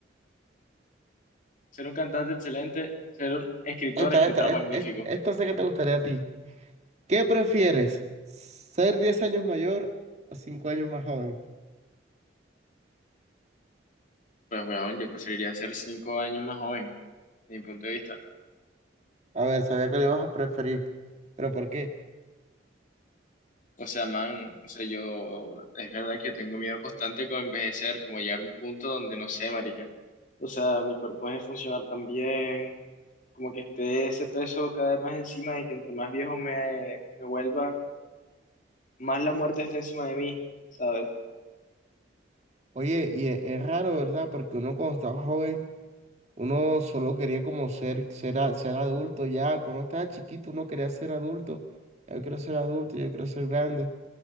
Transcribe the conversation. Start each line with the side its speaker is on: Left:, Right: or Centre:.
Left: ser un cantante excelente, ser un escritor,
Right: Esta,
Left: escritor
Right: esta, esta,
Left: magnífico.
Right: esta, esta sé que te gustaría a ti. ¿Qué prefieres? ¿Ser 10 años mayor o 5 años más joven?
Left: Pues bueno, yo preferiría ser cinco años más joven, desde mi punto de vista.
Right: A ver, sabía que lo ibas a preferir, pero ¿por qué?
Left: O sea, man, o sea, yo, es verdad que yo tengo miedo constante con envejecer, como llegar a un punto donde no sé, marica. O sea, mi cuerpo deje de funcionar tan bien, como que esté ese peso cada vez más encima y que entre más viejo me, me vuelva, más la muerte está encima de mí, ¿sabes?
Right: Oye, y e- es, raro, ¿verdad? Porque uno cuando estaba joven, uno solo quería como ser, ser, a- ser adulto ya. Cuando estaba chiquito, uno quería ser adulto. Yo quiero ser adulto, yo quiero ser grande.